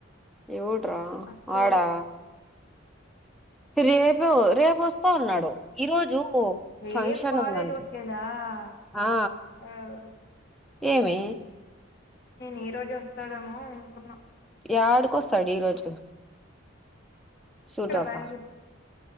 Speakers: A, in the centre; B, on the left (about 50°).
A: ఎవడ్రా
B: అక్కు
A: ఆడా రేపు రేపు వస్తా అన్నాడు ఈ రోజు
B: రేప్
A: ఫంక్షన్
B: కాలేజ్
A: ఉందంట
B: వచ్చేద ఆ
A: ఆ
B: అవ్
A: ఏమి
B: నేను ఈ రోజు వస్తాడేమో అనుకున్నా
A: ఎడికోస్తాడు ఈరోోజు సూటోకా
B: ఇక్కడ బెంగళూరుకి